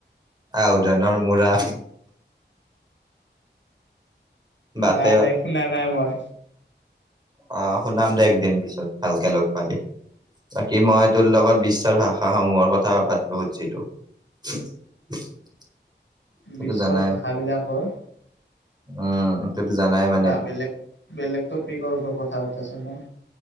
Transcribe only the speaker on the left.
নাই নাই শুনা নাই মই।
বিশ্বৰ
ভাষাবিলাকৰ
বা বেলেগ বেলেগ টোপিকৰ পৰা কথা পতা চোন <unintelligible>